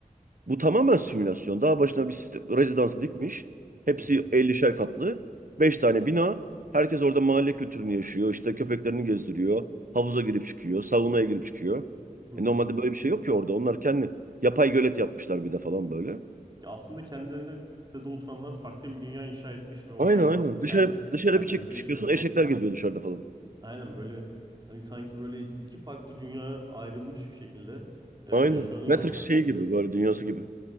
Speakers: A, on the right (about 65°); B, on the right (about 30°).
A: Bu tamamen simülasyon. Daha başına bir site- rezidansı dikmiş. Hepsi
B: Hı hı,
A: 50'şer katlı. beş tane bina. Herkes orada mahalle kültürünü yaşıyor. İşte köpeklerini gezdiriyor. Havuza girip çıkıyor. Saunaya girip çıkıyor.
B: hı
A: E
B: hı.
A: normalde böyle bir şey yok ki orada. Onlar kendi yapay gölet yapmışlar bir de falan böyle.
B: Ya aslında kendilerine sitede oturanlar farklı bir dünya inşa etmiş ve orada
A: Aynen aynen. Dışarı
B: kendi
A: dışarı
B: hallerinde
A: bir çık
B: yaşıyorlar
A: çıkıyorsun eşekler
B: değil mi?
A: geziyor dışarıda falan.
B: Aynen böyle hani sanki böyle iki farklı dünya ayrılmış bir şekilde e, yaşanıyor
A: Aynen. Matrix
B: orada.
A: şey gibi böyle dünyası gibi.